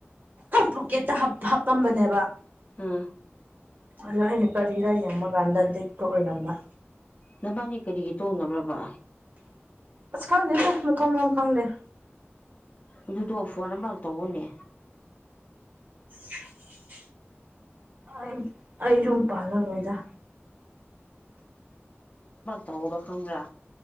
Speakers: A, on the right (about 45°); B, on the left (about 30°).
A: ꯄꯣꯛꯀꯦꯠꯇ ꯍꯥꯞ ꯍꯥꯞꯄꯝꯕꯅꯦꯕ
B: ꯎꯝ
A: ꯑꯗꯨ ꯑꯩꯅ ꯀꯔꯤꯔ ꯌꯦꯡꯕ ꯀꯥꯟꯗ ꯂꯤꯛꯇꯣ ꯑꯣꯏꯔꯝꯕ
B: ꯅꯕꯥꯅꯤ ꯀꯔꯤꯒꯤ ꯇꯣꯛꯅꯕ꯭ꯔꯕꯥ
A: ꯑꯁ ꯈꯪꯗꯦꯗ ꯃꯊꯣꯡ ꯃꯔꯝ ꯈꯪꯗꯦ
B: ꯑꯗꯨꯗꯣ ꯐꯣꯟ ꯑꯃꯔꯛ ꯇꯧꯑꯣꯅꯦ
A: <inaudible> ꯑꯩ ꯑꯩ ꯌꯨꯝ ꯄꯥꯜꯂꯔꯣꯏꯗꯥ
B: ꯇꯧꯔ ꯈꯪꯕ꯭ꯔꯥ